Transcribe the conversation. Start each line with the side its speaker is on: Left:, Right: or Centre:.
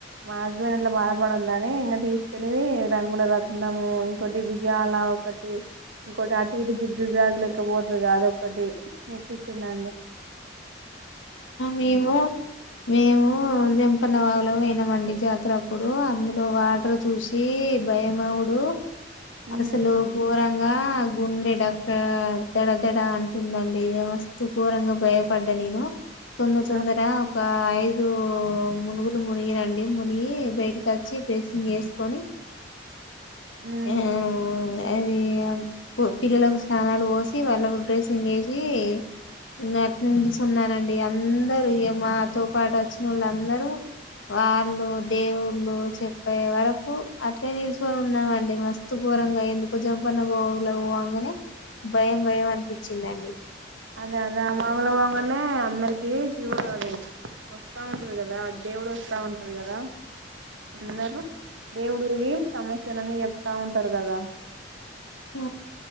Right: మా హస్బెండ్ అట్లా బాధపడ్డిదని ఇంకా తీసుకెల్లి రంగుల రట్నం, ఇంకోటి ఉయ్యాల ఒకటి ఇంకొటి అటు ఇటు జిగ్గుజాగులు ఎకపోతుంది అద ఒకటి ఎక్కిచ్చుండండి.
Left: మేము మేము జంపన వా బలమనామండి జాతర అప్పుడు అందులో వాటర్ చూసి భయమవుడు
Right: ఉమ్,
Left: అసలు బోరా భయంగా గుండెడక్క దడ దడా అంటుందండి ఇద మస్తు ఘోరంగా భయపడ్డా నేను. తొందర తొందర
Right: ఆ,
Left: ఒక ఐదు మునుగులు మునిగినండి. మునిగి బయటకి వచ్చి డ్రెస్సింగ్ వేసుకొని
Right: ఉమ్,
Left: ఆ <unintelligible> అది పిల్లలకు స్నానాలు పోసి వాళ్ళకు డ్రెసింగ్ వేసి నేను అట్లే నిల్సునానండీ. అందరు మాతో పాటు వచ్చిన వాళ్ళు, అందరూ వాళ్ళు దేవుళ్ళు చెప్పే వరకు అట్లే నిల్చొని ఉన్నామండి. మస్తు గోరంగా ఎందుకు జంపన గల అగానే భయం భయం అనిపించిందండి.
Right: అదే అదే ఆ మామలు బగానే అందరికి ఫీవర్ అ వస్తా ఉంటది కదా. దేవుడు వస్తా ఉంటు అదే కదా ఎన్నారు దేవుడికి సమస్యలన్నీ చెప్తా ఉంటారు కదా.
Left: ఆ